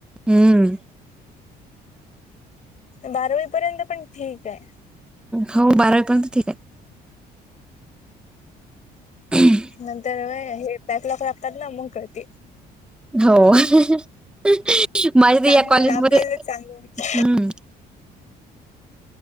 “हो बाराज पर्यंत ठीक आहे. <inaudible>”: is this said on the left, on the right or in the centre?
Centre